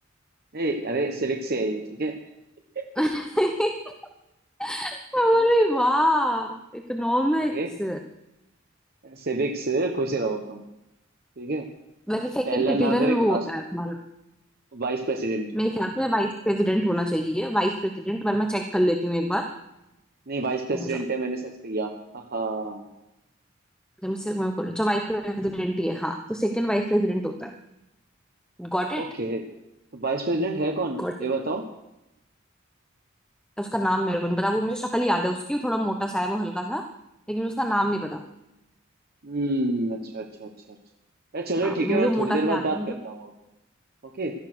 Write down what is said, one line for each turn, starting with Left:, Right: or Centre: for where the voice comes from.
Right: ए, अरे सिविक्स से है ये ठीक है <laughs>
Centre: <laughs>
Right: सिक्किम-
Centre: अरे वाह इकोनॉमिक्स
Right: अरे सिविक से खुश रहो तुम ठीक है
Centre: वैसे सेकंड
Right: पहला
Centre: सिटीजन
Right: नागरिक
Centre: वो
Right: राष्ट्र
Centre: होता है हमारा
Right: वाइस प्रेसिडेंट
Centre: मेरे ख्याल से वाइस प्रेसिडेंट होना चाहिए वाइस प्रेसिडेंट पर मैं चेक कर लेती हूँ एक बार
Right: नहीं वाइस प्रेसिडेंट
Centre: रुक जाओ
Right: है मैंने सर्च किया हाँ
Centre: जब मुझसे मैं बोलूँ अच्छा वाइस प्रेसिडेंट ही है हाँ तो सेकंड वाइस प्रेसिडेंट होता है Got it
Right: ओके तो वाइस प्रेसिडेंट है कौन
Centre: Got
Right: ये
Centre: it
Right: बताओ
Centre: उसका नाम मेरे को नहीं पता वो मुझे शक्ल याद है उसकी वो थोड़ा मोटा सा है वो हल्का सा लेकिन उसका नाम नहीं पता
Right: हम्म अच्छा अच्छा अच्छा अच्छा अरे चलो
Centre: हाँ
Right: ठीक
Centre: वो मुझे
Right: है मैं
Centre: मोटा
Right: थोड़ी देर
Centre: सा
Right: बाद
Centre: याद
Right: बात
Centre: है मतलब
Right: करता हूँ अब ओके